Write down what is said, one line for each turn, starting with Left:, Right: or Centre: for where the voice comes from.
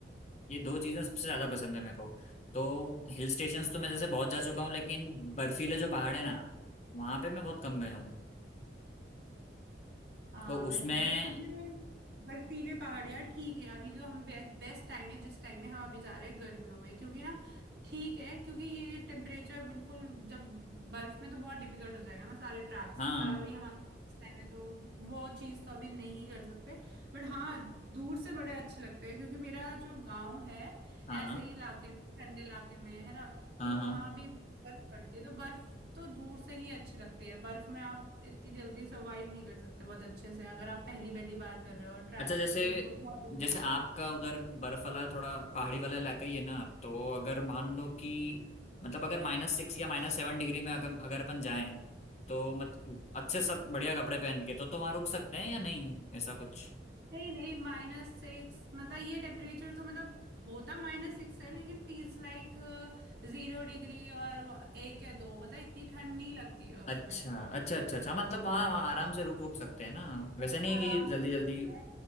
Left: ये दो चीज़ें सबसे ज़्यादा पसंद है मेरे को तो हिल स्टेशंस तो मैं जैसे बहुत जा चुका हूँ लेकिन बर्फीले जो पहाड़ है ना वहाँ पे मैं बहुत कम गया हूँ
Right: हाँ
Left: तो
Right: वही
Left: उसमें
Right: बर्फीले बर्फीले पहाड़ यार ठीक है अभी जो हम बेस्ट बेस्ट टाइम है जिस टाइम में हम अभी जा रहे हैं गर्मियों में क्योंकि ना ठीक है क्योंकि ये टेम्परेचर बिल्कुल जब बर्फ में तो बहुत डिफिकल्ट हो जाएगा ना सारे ट्रैक्स
Left: हाँ
Right: और अभी हमारा टाइम है तो वो चीज़ तो अभी नहीं कर सकते बट हाँ दूर से बड़े अच्छे लगते हैं क्योंकि मेरा जो गांव है
Left: हाँ
Right: ऐसे ही इलाके में ठंडे इलाके में है ना
Left: हाँ
Right: तो वहां
Left: हाँ
Right: भी बर्फ पड़ती है तो बर्फ तो दूर से ही अच्छी लगती है बर्फ में आप इतनी जल्दी सर्वाइव नहीं कर सकते बहुत अच्छे से अगर आप पहली पहली बार कर रहे हो और ट्रैक
Left: अच्छा जैसे
Right: तो बिल्कुल बहुत-
Left: जैसे आपका उधर बर्फ वाला थोड़ा पहाड़ी वाला इलाका ही है ना तो अगर मान लो कि मतलब अगर माइनस सिक्स या माइनस सेवन डिग्री में अगर अगर अपन जाएं तो मत अच्छे सब बढ़िया कपड़े पहन के तो तो वहाँ रुक सकते हैं या नहीं ऐसा कुछ
Right: नहीं नहीं माइनस सिक्स मतलब ये टेम्परेचर तो मतलब होता माइनस सिक्स है लेकिन फील्स लाइक जीरो डिग्री और एक या दो मतलब इतनी ठंड नहीं लगती है उसमें
Left: अच्छा अच्छा अच्छा अच्छा मतलब
Right: हाँ
Left: वहाँ वहाँ आराम से रुक रुक सकते हैं ना वैसे
Right: आराम
Left: नहीं कि जल्दी
Right: से
Left: जल्दी
Right: हो सकता है